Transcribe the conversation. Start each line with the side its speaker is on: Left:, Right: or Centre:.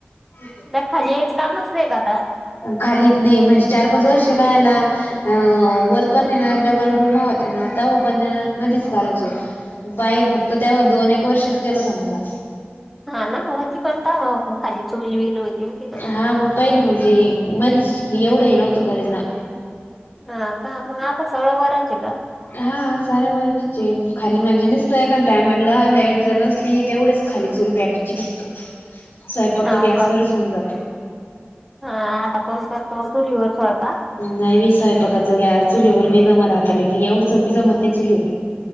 Left: क
Centre: त्या खाली यायचं कामच नाही का आता
Left: खालीत नाही म्हणजे चार पाच वर्ष काय आला अ वर पणना डबल रूम आत नाताव पण मध्येच करच होो बाहेर फक्त तेव्हा दोन एक वर्षच गेलं समजा
Centre: हा ना मग म ती पणता खाली चूली बील होती ना तिथं
Left: हा मग पहिले म्हणजे मध एवढं हे नव्हतं करेना
Centre: हा का मग आता सगळं वरायचं का
Left: हा सारावररतीच आहे खाली म्हणजे नसतय काण टायमला लाईट जर नसली तेवढेच खाली चूून प्याटरची फक्तो
Centre: <inaudible>
Left: स्वय फक्त
Centre: हाव
Left: गॅसवरच
Centre: का
Left: होऊन जातो
Centre: हा आता कोण करतो चुलीवर स्वयपा
Left: नाही वीस सव पकाचं गॅस चुलीवर मी जमत हातालं की एवढंच बी जमत नाही चुलीवर